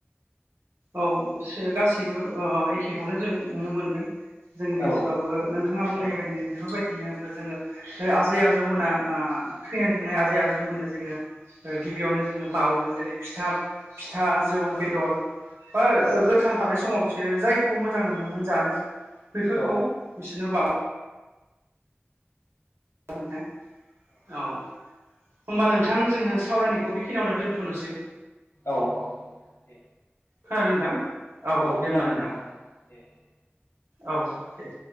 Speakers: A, on the right (about 85°); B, on the left (about 90°).
A: औ एसे गासैबो एखेखौनो जों नुनो मोनदों जोंनि ओनसोलावबो
B: औ
A: नोंथां थाङा बुंनाय
B: औ
A: बायदिनो बेफोरबायदिनो जोङो आजै आजौमोना ओ थैनानै थांनाय आजै आजौमोननो जोङो ओ गिबियावनो जोङो बावो जेरै फिथा फिथा जौ बेदर बा गोथां थानाय समाव बिसोरो जायखौ मोजां मोनोमोन जानो बेैफोरखौ
B: औ
A: बिसोरनो बा ना नोंथां औ होमबा नोंथां जोङो सावरायनायखौ बेखिनियावनो दोन्थ'नोसै
B: औ औ नोंथां दे
A: खोनादों नोंथां औ दे
B: खोनादों
A: होमबा नोंथां
B: औ दे दे
A: औ दे